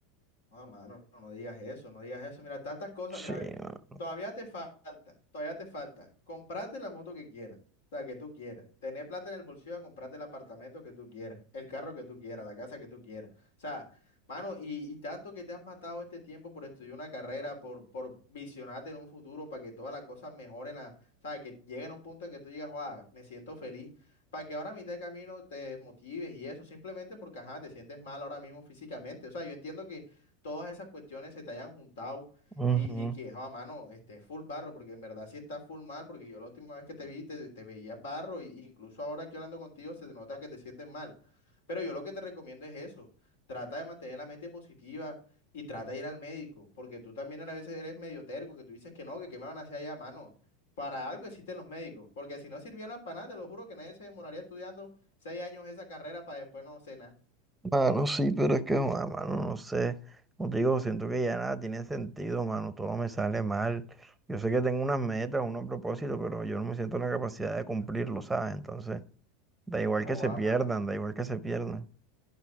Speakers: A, on the left; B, in the centre.
A: No, mano, no digas eso, no digas eso. Mira, tantas cosas,
B: Sí,
A: mira, ve,
B: mano.
A: todavía te falta, todavía te falta. Comprate la moto que quieras, o sea, que tú quieras. Tener plata en el bolsillo, comprarte el apartamento que tú quieras, el carro que tú quieras, la casa que tú quieras. O sea, mano, y, y tanto que te has matado este tiempo por estudiar una carrera, por, por visionarte en un futuro, para que todas las cosas mejoren, a, o sea, que lleguen a un punto en que tú digas, wow, me siento feliz. Para que ahora a mitad de camino te motives y eso, simplemente porque, ajá, te sientes mal ahora mismo físicamente. O sea, yo entiendo que todas esas cuestiones se te hayan juntado
B: Ujú,
A: y, y que, a mano, esté full barro, porque en verdad sí está full mal, porque yo la última vez que te vi te, te veías barro, y y incluso ahora aquí hablando contigo se te nota que te sientes mal. Pero yo lo que te recomiendo es eso, trata de mantener la mente positiva y trata de ir al médico, porque tú también a veces eres medio terco, que tú dices que no, que qué me van a hacer allá, mano. Para algo existen los médicos, porque si no sirvieran para nada, te lo juro que nadie se demoraría estudiando seis años esa carrera para después no cenar.
B: Mano, sí, pero es que, joda, mano, no sé. Como te digo, siento que ya nada tiene sentido, mano. Todo me sale mal. Yo sé que tengo unas metas, unos propósitos, pero yo no me siento en la capacidad de cumplirlo, ¿sabes? Entonces, da igual
A: Oh,
B: que se
A: ah,
B: pierdan,
A: mano.
B: da igual que se pierdan.